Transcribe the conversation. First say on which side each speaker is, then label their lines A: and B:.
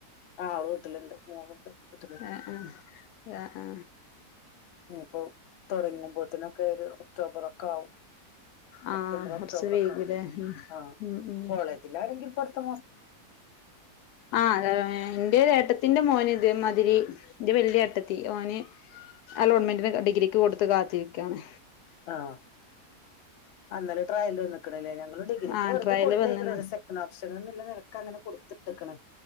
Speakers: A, on the left (about 65°); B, on the left (about 85°).
A: ആള് വീട്ടിലുണ്ട് മോളുണ്ട് വീട്ടിലുണ്ട്
B: ആ ആ ആ ആ
A: ഇനീപ്പോ തൊടങ്ങും പോത്തിനൊക്കെ ഒരു ഒക്ടോബറ് ക്കാവും
B: ആ
A: സെപ്റ്റംബർ
B: കുറച്ച്
A: ഒക്ടോബർ
B: വൈകൂലേ
A: ഒക്കെ ആവും
B: ഉം
A: ആ
B: ഉം ഉം
A: കോളേജിലാണെങ്കിൽ പടുത്തം
B: ആ അതെ എന്റെത് ഏട്ടത്തീന്റെ മോന് ഇതേ മാതി ഇത്തിരി ഇന്റെ വലിയേട്ടത്തി ഓന് അലോട്ട്മെന്റിന് ഡിഗ്രിക്ക് കൊടുത്ത് കാത്തിരിക്കയാണ്
A: ആഹ് അന്നാലും പ്രായല്ലേ നിക്കണ് ഞങ്ങൾ ഡിഗ്രിക്ക്
B: ആ
A: വെറുതെ
B: ട്രയല്
A: കൊടുത്തേക്കണ്‌
B: വന്നിന്
A: ഒരു സെക്കൻ ഓപ്ഷൻ എന്ന നിലക്ക് അങ്ങനെ കൊടുത്തിട്ടേക്കണ്